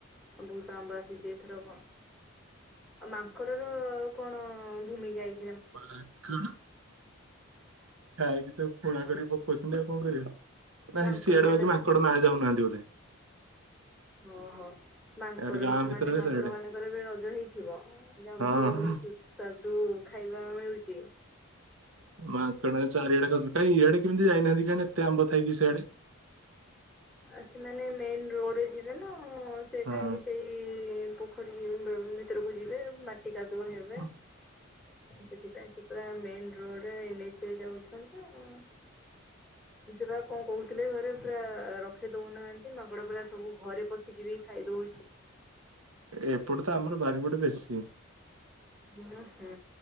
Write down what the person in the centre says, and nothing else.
ବହୁତ ଆମ୍ବ ଆସିଚି, ଏଇଥରକ ଆଉ ମାଙ୍କଡର କଣ ଭୂମିକା ଏଇ
ମାଙ୍କଡ
ମାନଙ୍କ
ଓ ହୋ ମାଙ୍କର
ମାନେ ମାଙ୍କଡ
ମାନଙ୍କର ବି ରଜ ହେଇଥିବ ଯେ ଆମକୁ
ଭଲ ସୁସ୍ୱାଦୁ ଖାଇବା ମିଳୁଚି।
ଆଉ ସେମାନେ ମେନ ରୋଡ୍ ରେ ଯିବେ ନା। ହଁ ସେ
କାହିଁକି ସେଇ ପୁ <unintelligible> ଭିତରକୁ ଯିବେ ମା ଟିକା ଦୋ ହେବେ
ସେଥିପାଇଁ ସେ ପୁରା ମେନ ରୋଡରେ ଏନ ଏଚ ଯାଉଛନ୍ତି। ଅ, ସିଏ ପରା କଣ କହୁଥିଲେ ଘରେ ପୁରା ରଖି ଦଉନାହାନ୍ତି ମାଙ୍କଡ଼ ପୁରା ସବୁ ଘରେ ପଶିକି ବି ଖାଇ ଦଉ
ନା, ହଁ।